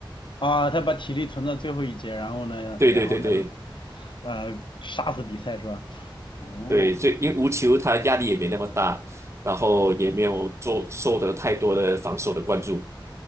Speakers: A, on the left (about 70°); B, on the right (about 30°).
A: 啊，他把体力存到最后一节，然后呢，
B: 对对对对
A: 然后呢？呃，杀死比赛是吧？哦，
B: 对，所以因为无球他压力也没那么大，然后也没有做受得太多的防守的关注。